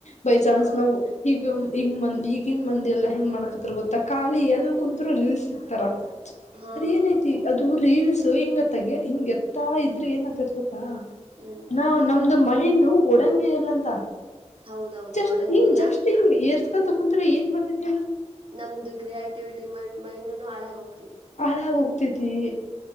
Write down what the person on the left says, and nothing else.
ಬೈ ಚಾನ್ಸ್
ನಾವು ಈಗ ಈಗಿನ ಮಂದಿ ಎಲ್ಲ ಹೆಂಗ್ ಮಾಡಕ ಗೊತ್ತಾ ಖಾಲಿ ಎಲ್ ಕುತ್ರು ರೀಲ್ಸ್ ಸಿಕ್ತಾರ
ಅದ ಏನಐತಿ
ಅದು ರೀಲ್ಸ್ ಹಂಗ ಹಿಂಗೆತ್ತಾ ಇದ್ರೆ ಏನತ ಗೊತ್ತಾ
ನಾ ನಮ್ದು ಮೈಂಡ್ ಒಡ ಇಲ್ಲಂತ
ಜಸ್ಟ್
ಹಿಂಗ ಜಸ್ಟ್ ಹಿಂಗ ಏರ್ಸ್ಕೊಂತ ಕುತ್ರೆ ಏನ್ ಮಾಡ್ತೈತಿ ಹೇಳಣ
ಹಾಳಾಗ ಹೋಗ್ತೇತಿ